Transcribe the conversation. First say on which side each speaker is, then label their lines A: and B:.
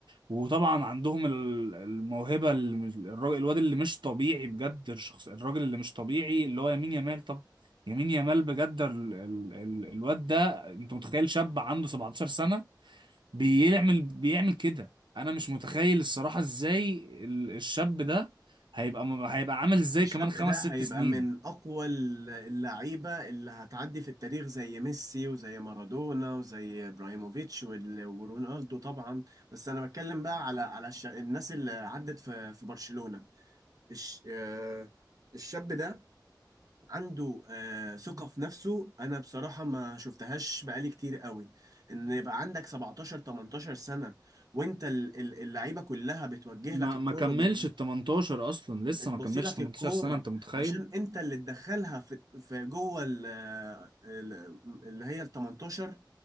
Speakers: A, on the right; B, on the right.
A: وطبعا عندهم ال- الموهبة اللي مش- الراجل الواد اللي مش طبيعي بجد الشخص الراجل اللي مش طبيعي اللي هو يمين يامال طب يمين يامال بجد ال- ال- ال- الواد ده انت متخيل شاب عنده 17 سنة بيعمل بيعمل كده انا مش متخيل الصراحة ازاي ال- الشاب ده هيبقى م- هيبقى عامل ازاي
B: الشاب
A: كمان خمس
B: ده
A: ست
B: هيبقى
A: سنين
B: من اقوى ال- اللعيبة اللي هتعدي في التاريخ زي ميسي وزي مارادونا وزي ابراهيموفيتش وال- ورونالدو طبعا بس انا بتكلم بقى على على الش... الناس اللي عدت في في برشلونة الش... آه، الشاب ده عنده آه، ثقة في نفسه أنا بصراحة ما شفتهاش بقالي كتير قوي إن يبقى عندك 17 18 سنة وأنت ال- ال- اللعيبة كلها بتوجه
A: ما
B: لك الكورة
A: ما كملش
B: بت-
A: ال 18 اصلا
B: بتبصي
A: لسه ما كملش
B: لك
A: 18
B: الكورة
A: سنة انت متخيل
B: عشان أنت اللي تدخلها في في جوه ال- آه، ال- اللي هي ال 18